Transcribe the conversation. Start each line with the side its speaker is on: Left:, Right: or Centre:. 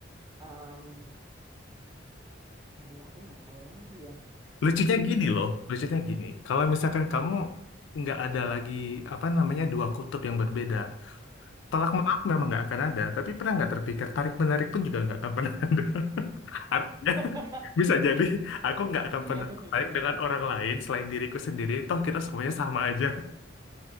Right: Em, aduh aku nggak tahu lagi ya.
Left: Lucunya
Right: Pasti
Left: gini loh, lucunya gini. Kalau misalkan kamu nggak ada lagi apa namanya dua kutub yang berbeda, tolak
Right: eh,
Left: menolak memang nggak akan ada. Tapi pernah nggak terpikir tarik menarik pun juga nggak akan pernah ada. <laughs> Artinya
Right: <laughs>
Left: bisa jadi aku nggak akan
Right: iya
Left: pernah
Right: benar-benar.
Left: tertarik dengan orang lain selain diriku sendiri. Toh kita semuanya sama aja.